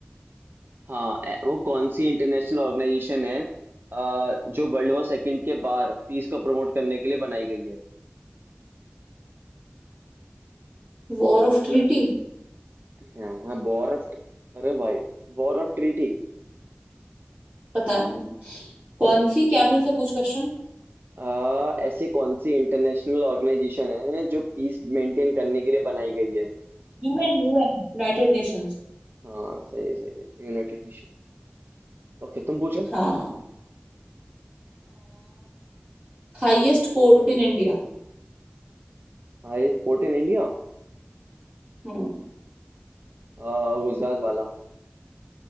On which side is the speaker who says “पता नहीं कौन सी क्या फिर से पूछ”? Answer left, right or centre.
Right